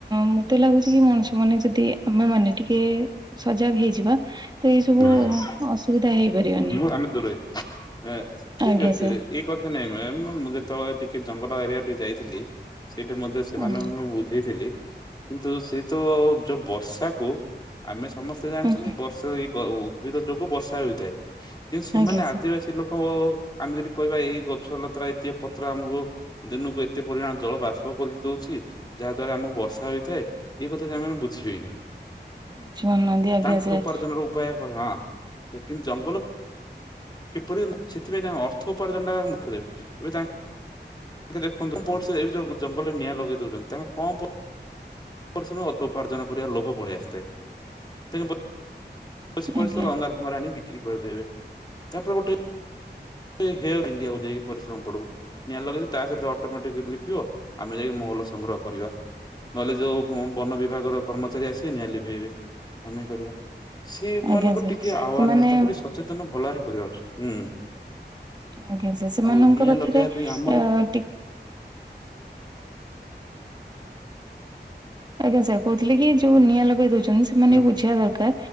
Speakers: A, on the right (about 25°); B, on the left (about 25°).
A: ମତେ ଲାଗୁଛି କି ମଣି ମାନେ ଯଦି ଆମେ ମାନେ ଟିକେ ସଜାଗ ହେଇଯିବା। ତ ଏଇ ସବୁ
B: ହୁଁ
A: ଅସୁବିଧା ହେଇପାରିବନି।
B: ହୁଁ ଆମେ ଦୂର ହେଇଥିଲେ। ଠିକ
A: ଆଜ୍ଞା
B: ଅଛି
A: ସାର୍।
B: ଏଇ କଥା ନାଇଁ ମ୍ୟାମ୍ ମୁଁ ଯେତେବେଳେ ଟିକେ ଜଙ୍ଗଲ ଏରିଆ ଟିକେ ଯାଇଥିଲି। ସେଇଠି ମତେ ସେମାନଙ୍କୁ
A: ଆଜ୍ଞା
B: ମୁଁ ବୁଝେଇଥିଲି। କିନ୍ତୁ ସେ ତ ଯୋଉ ବର୍ଷାକୁ ଆମେ ସମସ୍ତେ ଜାଣିଛନ୍ତି
A: ଆଜ୍ଞା
B: ବର୍ଷା ଏଇ ଉଦ୍ଭିଦ ଯୋଗୁ ବର୍ଷା ହୋଇଥାଏ। କିନ୍ତୁ ସେମାନେ
A: ଆଜ୍ଞା
B: ଆଦିବାସୀ
A: ସାର୍
B: ଲୋକଙ୍କ ଆମେ ଯଦି କହିବା ଏଇ ଗଛ ଲତ୍ର ଏଇତି ପତ୍ର ଆମକୁ ଦିନକୁ ଏତେ ପରିମାଣ ଜଳ ବାସ୍ପ କରିକି ଦଉଛି। ଯାହା ଦ୍ଵାରା ଆମକୁ ବର୍ଷା ହୋଇଥାଏ ଏଇ କଥା ସେମାନେ ବୁଝିବେନି।
A: ବୁଝିପାରୁନାହାନ୍ତି ଆଜ୍ଞା
B: ତାଙ୍କ
A: ସାର୍
B: ଉପାର୍ଜନ ର ଉପାୟ ହଁ କିନ୍ତୁ ଜଙ୍ଗଲ କିପରି ସେଥିପାଇଁ ତାଙ୍କ ଅର୍ଥ ଉପାର୍ଜନ ଟା ମୁଖ୍ୟ ଦେବେ ଏବେ ତାଙ୍କ ଦେଖନ୍ତୁ ପ ଯଉ ଜଙ୍ଗଲରେ ନିଆଁ ଲଗେଇ ଦଉଛନ୍ତି। ତାଙ୍କ କଣ ପରିଶ୍ରମ ଅଧ ଉପାର୍ଜନ କରିବା ଲୋଭ ପଳେଇ ଆସିଥାଏ। <unintelligible> ଘରେ
A: ଆଜ୍ଞା
B: ଆଣି ବିକ୍ରି କରିଦେବେ ତାପରେ ଗୋଟେ <unintelligible> ଯଉ ଜାଇ ପରିଶ୍ରମ ପଡୁ ନିଆଁ ଲଗେଇଦେବେ ତା ସହିତ ଅଟୋମେଟିକ ଲିଭିବ ଆମେ ଯାଇକି ମହୁଲ ସଂଗ୍ରହ କରିବା। ନହେଲେ ଯୋଉ ବନ ବିଭାଗର କର୍ମଚାରୀ ଆସିବେ ନିଆ ଲିଭେଇବେ। ଆମେ କରିବା। ସେମାନଙ୍କୁ
A: ଆଜ୍ଞା ସାର୍
B: ଟିକେ ଆହ୍ୱାନ
A: ସେମାନେ
B: ନାହିଁ। ତାଙ୍କୁ ଟିକେ ସଚେତନ ଭଲରେ କରିବାର ଅଛି।
A: ଆଜ୍ଞା ସାର୍। ସେମାନଙ୍କ
B: ଆଉ ନିଆଁ
A: ପାଖରେ
B: ଲଗେଇବା ପାଇଁ ଆମର
A: ଆ ଟିକେ ଆଜ୍ଞା ସାର୍। କହୁଥିଲେ କି ଯୋଉ ନିଆଁ ଲଗେଇ ଦଉଛନ୍ତି। ସେମାନେ
B: ହୁଁ
A: ବୁଝିବା ଦରକାର